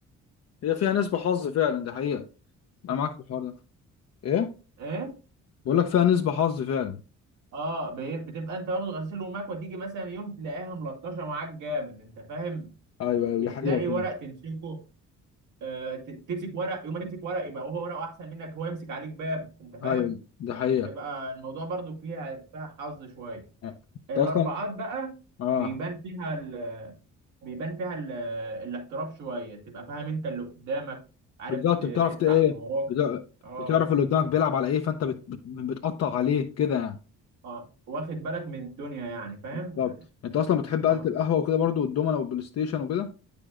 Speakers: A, on the left; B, on the right.
A: هي فيها نسبة حظ فعلا ده حقيقة أنا معاك في الحوار ده إيه
B: ايه
A: بقول لك فيها نسبة حظ فعلا
B: اه بي- بتبقى انت واخد غسيل ومكوى تيجي مثلا يوم تلاقيها ملطشه معاك جامد انت فاهم
A: ايوه
B: مش
A: ايوه دي حقيقة
B: لاقي
A: فعلا
B: ورق تمسكه آه ت- تمسك ورق يوم ما تمسك ورق يبقى هو ورقه احسن منك هو يمسك عليك باب انت فاهم
A: ايوه دي حقيقة
B: بتبقى الموضوع برضو فيها فيها حظ شويه
A: انت
B: الاربعات
A: اصلا
B: بقى
A: اه
B: بيبان فيها ال... بيبان فيها ال... الاحتراف شويه تبقى فاهم انت اللي قدامك عارف
A: بالظبط
B: ت-
A: بتعرف
B: تقفل
A: ت- ايه
B: على اللي وراك
A: بت-
B: اه
A: بتعرف اللي قدامك بيلعب على ايه فانت بت... بت... بتقطع عليه كده يعني
B: اه واخد بالك من الدنيا يعني فاهم
A: بالظبط
B: يعني،
A: انت اصلا بتحب
B: اه
A: قعدة القهوة وكده برضو والدومنة والبلاي ستيشن وكده